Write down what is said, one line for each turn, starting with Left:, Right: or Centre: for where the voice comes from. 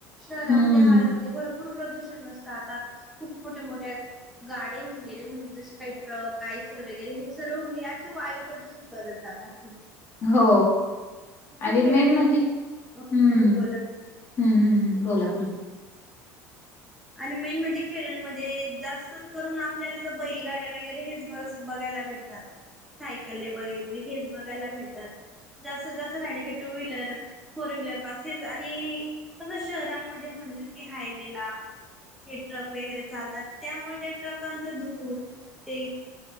Centre: शहरामध्ये
Left: हम्म.
Centre: हव्यामध्ये भरपूर प्रदूषण असत आता खूप मोठ्या मोठ्या गाडे होऊन गेले म्हणजे जसे काही ट्रक काय सर वगैरे हे सर्व होऊ गेले अख्खे वायू प्रदूषण करत जातात. हे
Left: हो
Centre: जसं
Left: आणि
Centre: खेड्यांमध्ये
Left: मेन म्हणजे हम्म
Centre: हो बोला
Left: हम् हम्म बोला बोला.
Centre: आणि मेन म्हणजे खेड्यांमध्ये जास्तच करून आपल्याला ज बैलगाड्या वगैरे हेच ब बघायला भेटतात सायकल वगैरे हेच बघायला भेटतात. जास्त जास्त राहणे की two wheeler four wheeler buses आणि असं शहरांमध्ये म्हणलं की हायवे ला हे ट्रक वगैरे चालतात त्यामुळे त्या ट्रकांच धूर ते